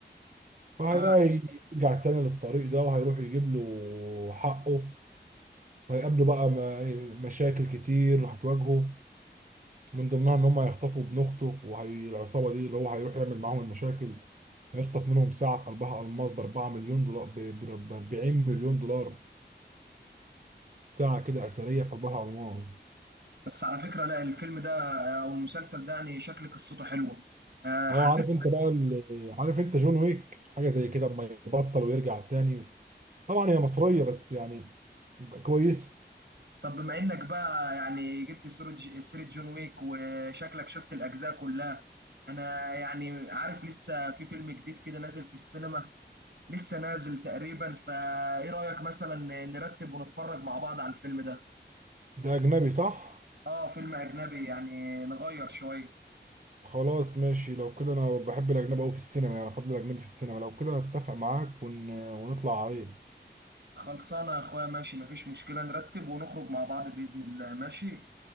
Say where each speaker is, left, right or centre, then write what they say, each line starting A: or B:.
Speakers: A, on the right; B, on the right.
A: فهيبقى
B: اه
A: يرجع تاني للطريق ده وهيروح يجيب له حقه وهيقابله بقى م- إيه، مشاكل كتير هتواجهه من ضمنها ان هم هيخطفوا ابن اخته وهي العصابه دي اللي هو هيروح يعمل معاهم المشاكل هيخطف منهم ساعه في قلبها الماس ب 4 مليون دولار ب ب- 40 مليون دولار ساعه كده اثريه في قلبها الماس
B: بس على فكرة لا الفيلم ده او المسلسل ده يعني شكل قصته حلوة آه حاسس
A: اه عارف انت بقى ال- عارف انت جون ويك حاجه زي كده اما يبطل ويرجع تاني طبعا هي مصريه بس يعني كويس
B: طب بما انك بقى يعني جبت سيرة ج- سيرة جون ويك وشكلك شفت الاجزاء كلها انا يعني عارف لسه في فيلم جديد كده نازل في السينما لسه نازل تقريبا فايه رأيك مثلا نرتب ونتفرج مع بعض على الفيلم ده
A: ده اجنبي صح
B: اه فيلم اجنبي يعني نغير شوية
A: خلاص ماشي لو كده انا بحب الاجنبي قوي في السينما يعني افضل الاجنبي في السينما لو كده اتفق معاك ون... ونطلع عليه
B: خلصانة يا اخويا ماشي مفيش مشكلة نرتب ونخرج مع بعض بإذن الله ماشي